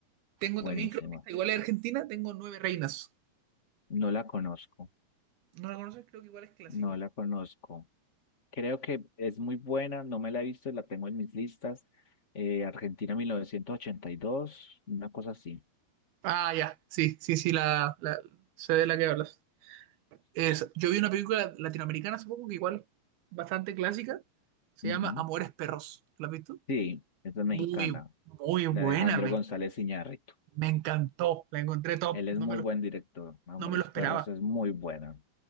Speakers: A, on the right (about 75°); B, on the left (about 25°).
A: Tengo
B: Buenísima.
A: también, creo que esta igual es argentina, tengo Nueve Reinas.
B: No la conozco.
A: ¿No la conoces? Creo que igual es clásica.
B: No la conozco. Creo que es muy buena. No me la he visto. La tengo en mis listas. Eh, Argentina 1982, Una cosa así.
A: Ah, ya, sí, sí, sí, la, la, sé de la que hablas. Es, yo vi una película latinoamericana hace poco que igual, bastante clásica, se
B: Ujú.
A: llama Amores Perros. ¿La has visto?
B: Sí, esta es
A: Muy,
B: mexicana,
A: muy buena,
B: de Alejandro
A: me,
B: González Iñárritu.
A: me encantó, la encontré top,
B: Él es
A: no
B: muy
A: me lo,
B: buen director. Amores
A: no me lo esperaba,
B: Perros es muy buena.